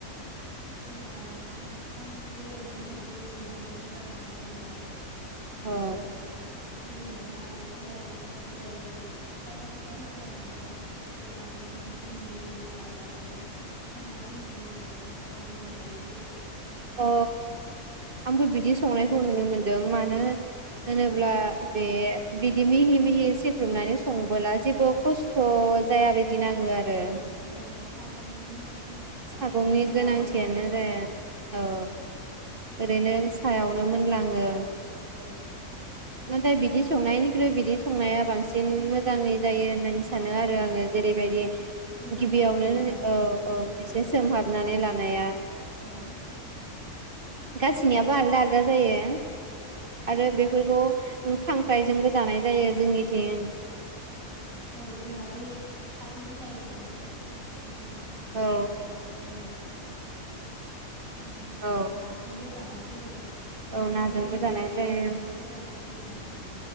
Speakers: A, on the right (about 70°); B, on the right (about 40°).
A: जेनेबा गुबुन आं बेलेग न'आवबो नुदो बिदि माने रुगारनानै गारनाय।
B: औ
A: रुगारना <unintelligible> जोंनिया था आरो बिलाइ बिलाइखौ खायफा खायफा जायगायाव माने सेख्रेबनानै माने मिहि मिहि खालामनानै संनायखौ नुनो मोनो। नाथाय जोंनिया बेदि
B: अ आंबो बिदि संनाय खौ नुनो मोनदों मानो होनोब्ला बे बिदि मिहि मिहि सेख्रुबनानै संबोला जेबो खस्थ' जायाबाय दि नाङो आरो।
A: होमबानिया सागननि माने हेफाजाब
B: सागंनि
A: लायाबाबो
B: गोनांथियानोरे
A: जायो
B: औ। ओरैनो सायावनो मोनलाङो।
A: ओं।
B: नाथाय बिदि संनायनि खुरै बिदि संनाया बांसिन मोजां जाङै जायो होननानै सानो। नो आरो आङो जेरैबायदि
A: गोथावसिन
B: गिबियावनो
A: जायो होननानै
B: ओ
A: बुंनाय
B: ओ
A: जायो
B: एसे सोमहाबनानै लानो नाया
A: औ।
B: गासैनियाबो आलदा आलदा जायो।
A: औ
B: आरो बे फोरखौ उम खांख्रायजोंबो जानाय जायो जोंनिथिं।
A: औ जोंना बै फाथो बिलाइखौ गिबियावनो उम
B: औ
A: बानाय जानाय जायो। बेनिफ्राय
B: औ
A: नाजोंबो जानाय जायो।
B: औ नाजोंबो
A: ओमफ्राय ओरैनो
B: जानाय जायो
A: एवनानैबो जानाय जायो नारजिखौ